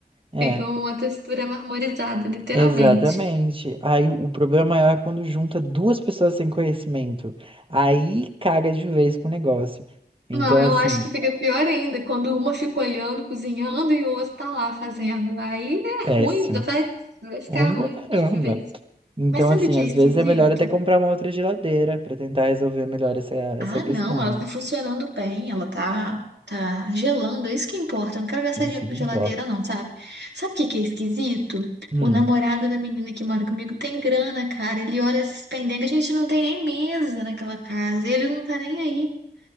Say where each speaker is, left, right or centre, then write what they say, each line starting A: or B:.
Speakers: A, on the right (about 30°); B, on the right (about 80°).
A: É,
B: Fica uma textura marmorizada, literalmente.
A: exatamente. Aí o problema maior é quando junta duas pessoas sem conhecimento. Aí caga de vez pro negócio. Então,
B: Não, eu
A: assim,
B: acho que fica pior ainda quando uma fica olhando, cozinhando e o outro tá lá fazendo. Aí é
A: péssimo.
B: ruim, vai, vai ficar
A: Ruim
B: ruim
A: pra caramba.
B: de vez.
A: Então,
B: Mas sabe
A: assim,
B: o que
A: às
B: é esquisito?
A: vezes é melhor até comprar uma outra geladeira pra tentar resolver melhor essa, essa
B: Ah,
A: questão,
B: não, ela
A: né?
B: tá funcionando bem, ela tá, tá gelando, é isso que importa. Eu não quero gastar
A: Isso
B: dinheiro
A: que
B: com
A: importa.
B: geladeira, não, sabe? Sabe o que que é esquisito?
A: Hum.
B: O namorado da menina que mora comigo tem grana, cara. Ele olha essas pendengas, a gente não tem nem mesa naquela casa, ele não tá nem aí.